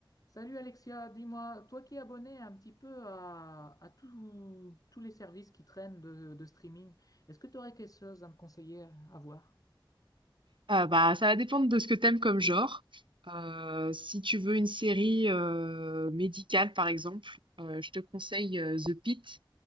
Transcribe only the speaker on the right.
Ah bah, ça va dépendre de ce que t'aimes comme genre. Euh, si tu veux une série euh, médicale, par exemple, euh, je te conseille euh, The Pitt,